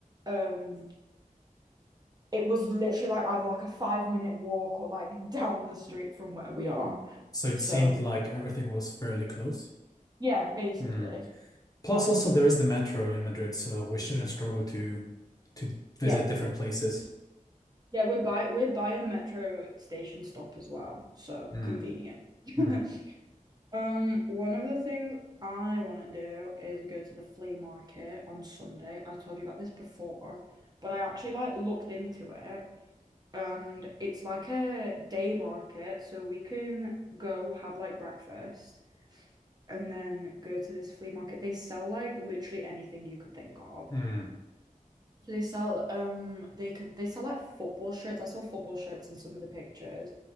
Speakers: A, on the right (about 30°); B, on the left (about 25°).
A: um, it was literally like either like a five minute walk or like down the street from where we are.
B: so it
A: So
B: seemed like everything was fairly close.
A: yeah, basically.
B: Mm. Plus also there is the metro in Madrid, so we shouldn't struggle to to visit
A: Yeah.
B: different places.
A: Yeah, we're by we're by a metro station stop as well, so
B: Mm,
A: convenient.
B: mm,
A: <laughs> Um, one of the things I want to do is go to the flea market on Sunday. I told you about this before, but I actually like looked into it and it's like a day market, so we can go have like breakfast and then go to this flea market. They sell like literally anything you could think of.
B: mm,
A: So they sell um they could they sell like football shirts. I saw football shirts in some of the pictures.